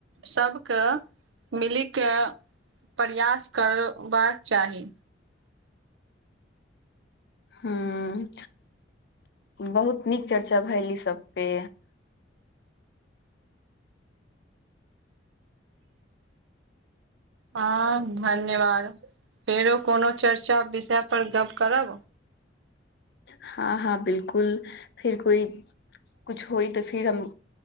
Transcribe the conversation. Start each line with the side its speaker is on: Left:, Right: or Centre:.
Right: सबके मिलीके प्रयास करबाक चाही
Left: हुँ बहुत नीक चर्चा भेल ई सब पे
Right: हँ धन्यवाद फेरो कोनो चर्चा विषय पर गप्प करब
Left: हँ हँ बिलकुल फेर कोइ कुछु होइ तऽ फिर हम